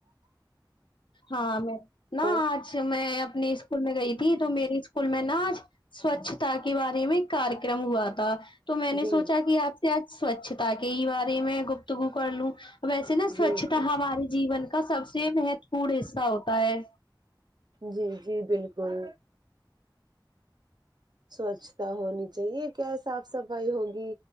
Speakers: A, on the left; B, on the right.
A: ہاں میں نہ
B: اور
A: آج میں اپنی اسکول میں گئی تھی تو میرے اسکول میں نا آج سواچتا کے بارے میں کریکرم ہوا تھا تو میں نے
B: جی
A: سوچا کہ آپ سے آج سوچھتا کے ہی بارے میں گپتگو کر لوں ویسے
B: جی
A: نا سوچھتا
B: جی جی
A: ہمارے جیون کا سب سے مہتوپورن حصہ ہوتا ہے
B: جی جی بالکل سوچھتا ہونی چاہیے کیا صاف صفائی ہوگی